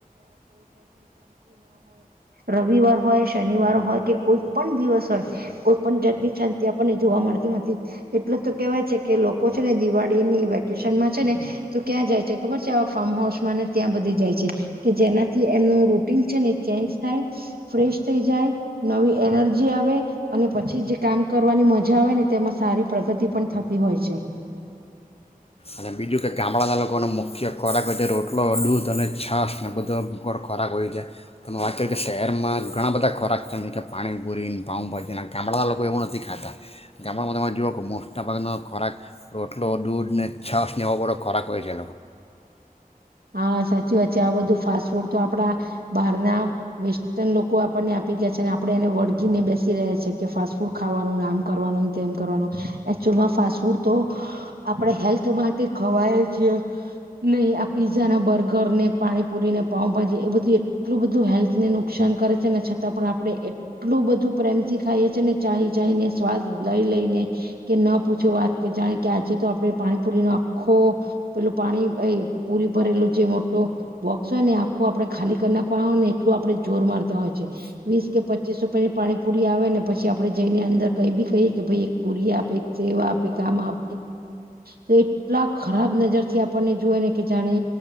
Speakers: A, on the right; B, on the left.
A: રવિવાર હોય શનિવાર હોય કે કોઈ પણ દિવસ હોય કોઈ પણ જાતની શાંતિ આપણને જોવા મળતી નથી એટલે તો કેવાય છે કે લોકો છે ને દિવાળીની વેકેશનમાં છે ને તો ક્યાં જાય છે ખબર છે આવા ફાર્મ હાઉસમાં ને ત્યાં બધી જાય છે કે જેનાથી એમનું રૂટીન છે ને ચેન્જ થાય ફ્રેશ થઈ જાય નવી એનર્જી આવે અને પછી જે કામ કરવાની મજા આવે ને તેમાં સારી પ્રગતિ પણ થતી હોય છે.
B: અને બીજું કે ગામડાના લોકોનો મુખ્ય ખોરાક હોય છે રોટલો દૂધ અને છાસ ને બધો ખોરાક હોય છે તમે વાત કરી કે શહેરમાં ઘણા બધા ખોરાક છે કે પાણીપુરી પાઉભાજીના ગામડાના લોકો એવું નથી ખાતા ગામડામાં તમે જુઓ કે મોટા ભાગનો ખોરાક રોટલો દૂધને છાસ ને એવો બધો ખોરાક હોય છે.
A: હા સા જે છે આ બધું ફાસ્ટ ફૂડ તો આપણા બહારના વેસ્ટર્ન લોકો આપણને આપી ગયા છે ને આપડણે એને વળગીને બેસી રહ્યા છે કે ફાસ્ટ ફૂડ ખાવાનું ને આમ કરવાનું તેમ કરવાનું એકચુઅલમાં ફાસ્ટ ફૂડ તો આપણે હેલ્થ માટે ખવાય જ નહી આ પીઝા ના બર્ગર ને પાણીપુરીને પાઉભાજી એ બધું એટલું બધું હેલ્થ ને નુકસાન કરે છે ને છતાં પણ આપડે એટલું બધું પ્રેમ થી ખાઈએ છી ને ચાહી ચાહી ને સ્વાદ લઈ લઈને કે ન પૂછો વાત કે જાણે કે આજે તો આપડે પાણીપુરી નો આખો પેલું પાણી એ ભરેલો જે મોટો બોક્સ હોય ને આખો આપડે ખાલી કરી નાખવા હોય ને એટલું આપડે જોર મારતા હોય છે વીસ કે પચીસ રૂપિયાની પાણીપુરી આવે ને પછી આપડે જઈને અંદર કઈ બી કહીએ કે ભય એક પુરી આપે એક સેવ આપે તેમાં તો એટલા ખરાબ નજર થી આપણને જોય ને કે જાણે